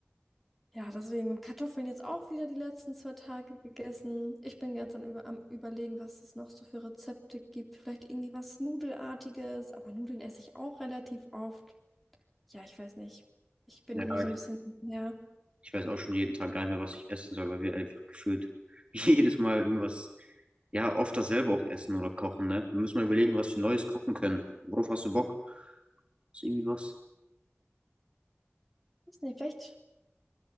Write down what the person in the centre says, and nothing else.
Ja, deswegen. Und Kartoffeln jetzt auch wieder die letzten zwei Tage gegessen. Ich bin ganz dann Über am Überlegen, was es noch so für Rezepte gibt. Vielleicht irgendwie was Nudelartiges, aber Nudeln esse ich auch relativ oft. Ja, ich weiß nicht. Ich bin
irgendwie so
ein bisschen, ja,
weiß nicht, vielleicht